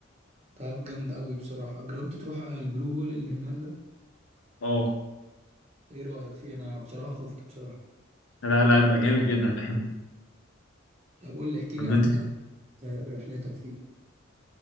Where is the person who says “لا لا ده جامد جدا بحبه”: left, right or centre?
Left